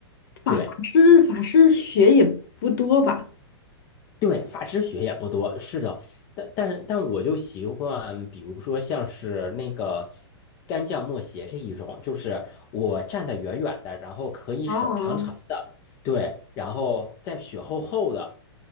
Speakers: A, on the left; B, on the left.
A: 法法师法师血也不多吧？
B: 对对，法师血也不多，是的，但但但我就习惯，比如说像是那个干将莫邪这一种，就是我站得远远的，然后可以手长长的，
A: 哦
B: 对，然后再血厚厚的，